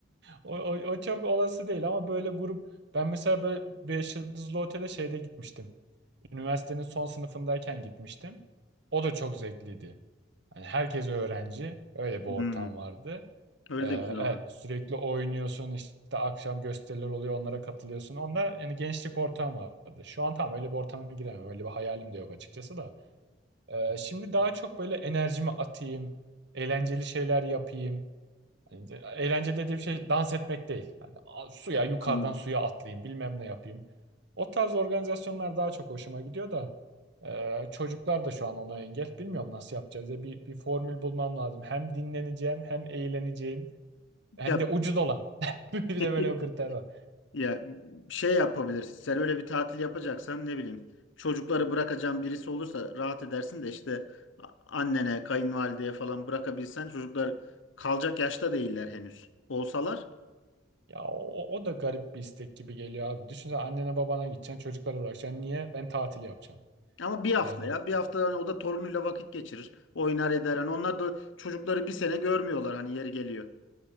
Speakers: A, on the right; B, on the left.
A: O, o, o çok olası değil ama böyle grup ben mesela böyle beş yıldızlı otele şeyde gitmiştim. Üniversitenin son sınıfındayken gitmiştim. O da çok zevkliydi. Hani herkes öğrenci. Öyle bir
B: Hmm.
A: ortam vardı.
B: Öyle
A: Ee,
B: de güzel
A: evet
B: olur.
A: sürekli oynuyorsun işte akşam gösteriler oluyor onlara katılıyorsun. Onda yani gençlik ortam vardı. Şu an tam öyle bir ortama giremem. Öyle bir hayalim de yok açıkçası da. Ee, şimdi daha çok böyle enerjimi atayım. Eğlenceli şeyler yapayım. Yani de- eğlence dediğim şey dans etmek değil. Yani a- suya yukarıdan
B: Hmm.
A: suya atlayayım bilmem ne yapayım. O tarz organizasyonlar daha çok hoşuma gidiyor da e, çocuklar da şu an ona engel. Bilmiyorum nasıl yapacağız ya bir, bir formül bulmam lazım. Hem dinleneceğim hem eğleneceğim hem
B: Ya
A: de ucuz olan. <laughs> Bir
B: <laughs>
A: de böyle bir kriter var.
B: Ya şey yapabilirsin. Sen öyle bir tatil yapacaksan ne bileyim çocukları bırakacağın birisi olursa rahat edersin de işte a- annene, kayınvalideye falan bırakabilsen çocuklar kalacak yaşta değiller henüz. Olsalar
A: Ya o, o da garip bir istek gibi geliyor abi. Düşünsene annene babana gideceksin çocuklara bırakacaksın. Niye? Ben tatil yapacağım.
B: ama bir hafta
A: Yani
B: ya bir hafta hani o da torunuyla vakit geçirir. Oynar eder. Hani onlar da çocukları bir sene görmüyorlar hani yeri geliyor.